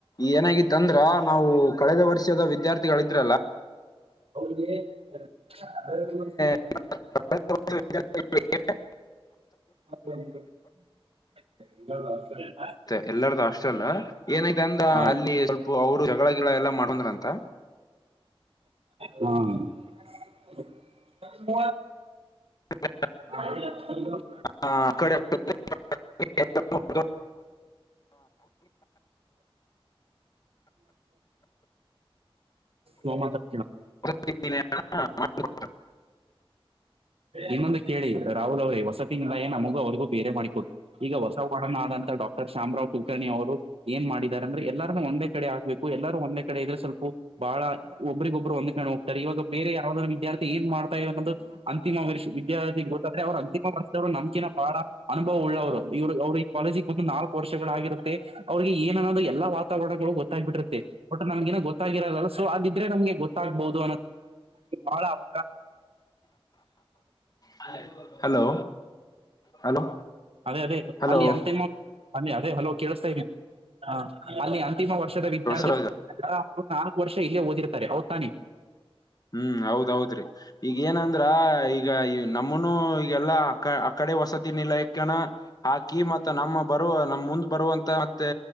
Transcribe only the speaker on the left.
ಏನಾಗಿತ್ತ ಅಂದ್ರ ನಾವು ಕಳೆದ ವರ್ಷದ ವಿದ್ಯಾರ್ಥಿಗಳಿದ್ರಲ್ಲಾ
<unintelligible>
ಮತ್ತೆ ಎಲ್ಲಾರ್ದು ಹಾಸ್ಟೆಲ್ಲ ಏನಾಗಿದೆ ಅಂದ್ರ
ಅಲ್ಲಿ ಸ್ವಲ್ಪ ಅವರು ಜಗಳ ಗಿಗಳ ಎಲ್ಲಾ ಮಾಡ್ಕಂದ್ರ ಅಂತ
<unintelligible>
ಹ ಅ ಕಡೆ <unintelligible> <unintelligible>
<unintelligible>
<inaudible> ಹಲೋ ಹಲೋ
ಹಲೋ
ಬಸವರಾಜ
ಹುಂ ಹೌದೌದ್ರಿ ಈಗ ಏನಂದ್ರ ಈಗ ಈ ನಮ್ಮನು ಈಗೆಲ್ಲಾ ಆ ಆ ಕಡೆ ವಸತಿ ನಿಲಯ ಯಕನ್ ಹಾಕಿ ಮತ್ತ ನಮ್ಮ ಬರುವ ನಮ್ ಮುಂದ್ ಬರುವಂತ ಮತ್ತೆ